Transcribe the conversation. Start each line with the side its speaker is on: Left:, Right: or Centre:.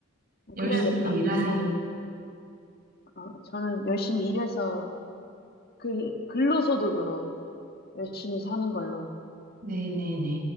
Right: 열심히
Left: 그래야겠다.
Right: 일하세요.
Left: 나, 어, 저는 열심히 일해서 글, 근로소득으로 열심히 사는 걸로.
Right: 네네네.